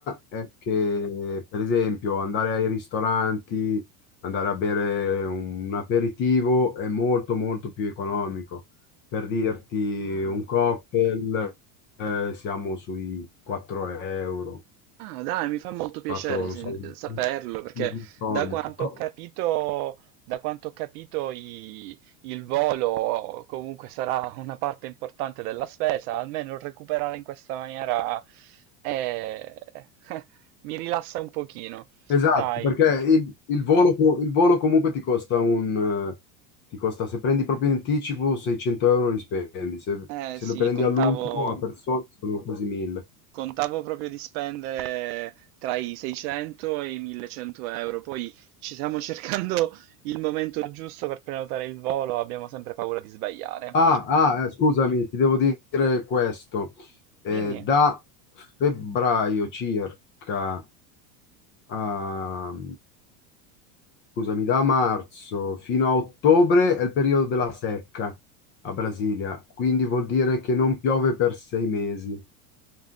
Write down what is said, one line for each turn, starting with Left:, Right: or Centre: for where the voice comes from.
Left: è che, per esempio, andare ai ristoranti andare a bere un aperitivo è molto molto più economico. Per dirti
Right: Ah.
Left: un cocktail, eh, siamo sui 4 euro,
Right: Ah, dai, mi fa molto piacere
Left: fatto, non
Right: sen-
Left: so, un
Right: saperlo, perché
Left: un gin tonic.
Right: da quanto
Left: Co-
Right: ho capito, da quanto ho capito i- il volo comunque sarà una parte importante della spesa, almeno recuperare in questa maniera eh, <laughs> mi rilassa un pochino.
Left: Esatto,
Right: Dai,
Left: perché il, il volo, co- il volo comunque ti costa un... eh, ti costa, se prendi proprio in anticipo, 600 euro li spendi, se,
Right: eh
Left: se
Right: sì,
Left: lo prendi
Right: contavo.
Left: all'ultimo a persona sono quasi 1000.
Right: Contavo proprio di spendere tra i 600 e i 1100 euro, poi ci stiamo <laughs> cercando il momento giusto per prenotare il volo, abbiamo sempre paura di sbagliare.
Left: Ah, ah, eh, scusami, ti devo dire questo. Eh,
Right: Dimmi.
Left: da febbraio circa, a, scusami, da marzo fino a ottobre è il periodo della secca a Brasilia, quindi vuol dire che non piove per sei mesi.